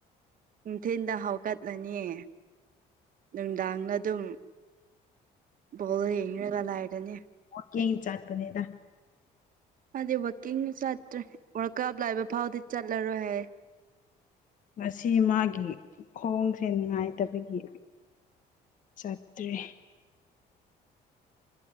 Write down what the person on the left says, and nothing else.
ꯀꯤꯡ ꯆꯠꯄꯅꯦꯗ꯫
ꯉꯁꯤ ꯃꯥꯒꯤ ꯈꯣꯡꯁꯦ ꯅꯨꯡꯉꯥꯏꯇꯕꯒꯤ ꯆꯠꯇ꯭ꯔꯦ꯫